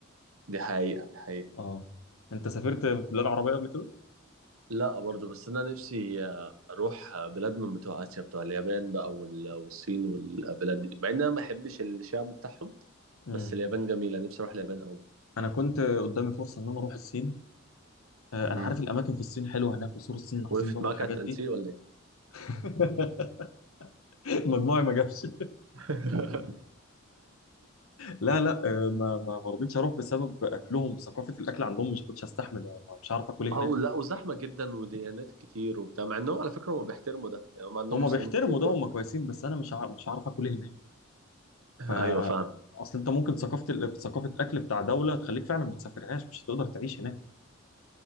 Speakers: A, on the right; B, on the left.
A: دي حقيقة دي حقيقة
B: اه انت سافرت بلاد عربيه قبل كده؟
A: لا برضه بس انا نفسي اروح بلاد من بتوع اسيا بتوع اليابان بقى وال- والصين والبلاد دي مع ان انا ما بحبش الشعب بتاعهم
B: امم
A: بس اليابان جميلة نفسي اروح اليابان قوي
B: انا كنت قدامي فرصه ان انا اروح الصين آه، انا
A: امم
B: عارف الاماكن في الصين حلوه هناك وسور الصين العظيم
A: وقفت
B: بقى
A: معاك
B: والحاجات
A: على التنسيق
B: دي
A: ولا ايه؟
B: <laughs> مجموعي ما جابش
A: <laughs>
B: لا لا آه، ما ما ما رضيتش اروح بسبب اكلهم ثقافه الاكل عندهم مش كنتش هستحمل آه، مش عارف اكل إيه
A: اه
B: هناك
A: لا وزحمة جدا وديانات كتير وبتاع مع انهم على فكرة هم بيحترموا ده يعني هم عندهم
B: هم
A: مسلمين
B: بيحترموا
A: كتير برضه
B: ده هم كويسين بس انا مش عارف مش عارف اكل إيه هناك ف
A: ايوه فاهم
B: اصل انت ممكن ثقافه ال- ثقافه اكل بتاع دوله تخليك فعلا ما تسافرهاش مش هتقدر تعيش هناك